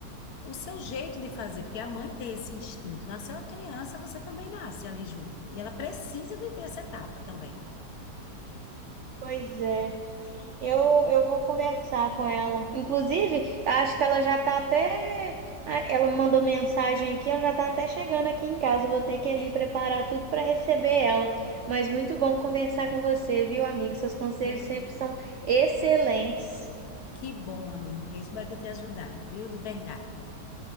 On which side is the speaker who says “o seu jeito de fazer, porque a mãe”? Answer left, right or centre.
Left